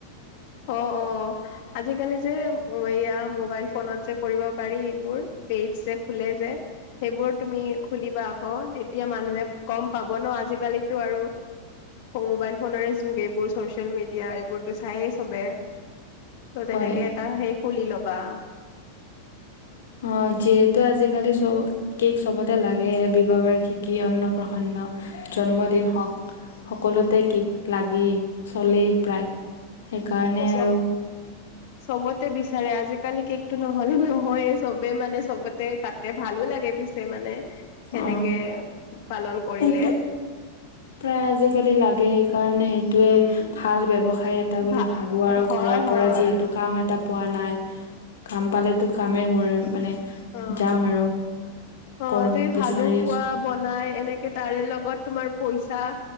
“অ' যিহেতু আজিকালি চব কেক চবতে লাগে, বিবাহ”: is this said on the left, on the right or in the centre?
Left